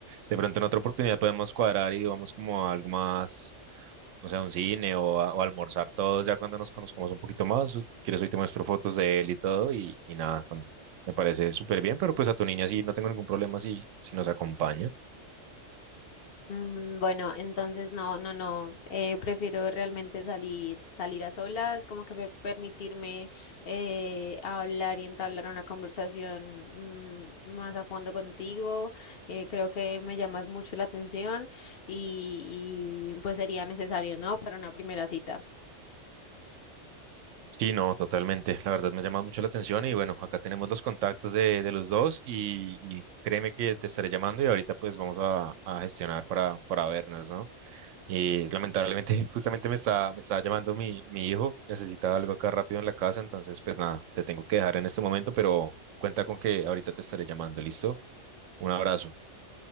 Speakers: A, on the right (about 85°); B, on the left (about 60°).
A: De pronto en otra oportunidad podemos cuadrar y vamos como a algo más no sea un cine o, a- o almorzar todos ya cuando nos conozcamos un poquito más. Si quieres, hoy te muestro fotos de él y todo y, y nada, con, me parece súper bien, pero pues a tu niña sí, no tengo ningún problema si, si nos acompaña.
B: Mm, Bueno, entonces no, no, no. eh, prefiero realmente salir, salir a solas, como que me- permitirme eh, hablar y entablar una conversación mm, más a fondo contigo. eh, creo que me llamas mucho la atención y, y, pues sería necesario, ¿no? Para una primera cita.
A: Sí, no, totalmente. La verdad me ha llamado mucho la atención y bueno, acá tenemos los contactos de, de los dos y, y créeme que te estaré llamando y ahorita pues vamos a, a gestionar para, para vernos, ¿no? Y lamentablemente <laughs> justamente me está, me está llamando mi, mi hijo, necesita algo acá rápido en la casa, entonces pues nada, te tengo que dejar en este momento, pero cuenta con que ahorita te estaré llamando, ¿listo? Un abrazo.